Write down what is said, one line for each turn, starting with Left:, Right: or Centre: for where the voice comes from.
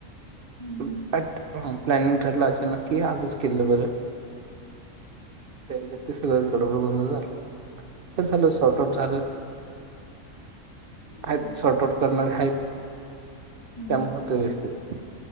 Left: हम्म
Right: बट हम्म प्लॅनिंग ठरलं अचानक की आजच केलेलं बरं <inaudible> तेज ते सगळंच गडघोळ झालं ते झालं... सॉल्टआउट झालं आहेत
Left: हम्म
Right: सॉल्ट आउट करणारी हाइत.
Left: हम्म
Right: त्यामुळं ते व्यस्तेत